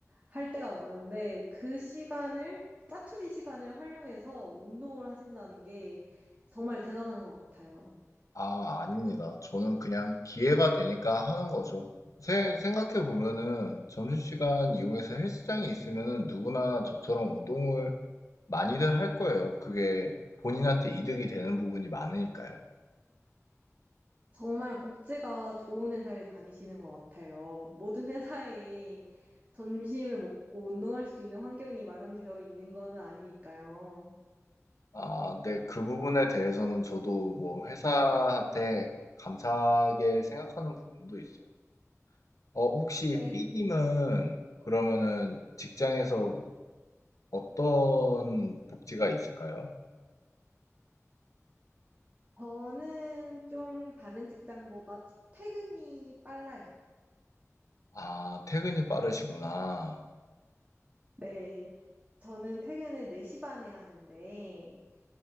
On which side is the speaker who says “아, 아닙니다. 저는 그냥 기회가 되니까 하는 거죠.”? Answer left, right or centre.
Left